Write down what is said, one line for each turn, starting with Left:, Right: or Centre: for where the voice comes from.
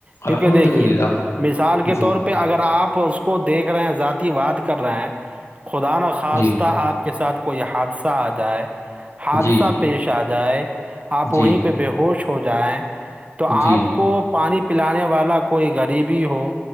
Right: کیونکہ
Left: الحمد
Right: دیکھیے
Left: للہ
Right: مثال کے
Left: جی
Right: طور پر پے اگر آپ اس کو دیکھ رہے ہیں ذاتی واد کر رہے ہیں خدا نا خاصتا
Left: جی
Right: آپ کے ساتھ کوئی حادثہ آ جائے حادثہ
Left: جی
Right: پیش آ جائے آپ
Left: جی
Right: وہیں پہ بے ہوش ہو جائیں تو آپ
Left: جی
Right: کو پانی پلانے والا کوئی غریبی ہو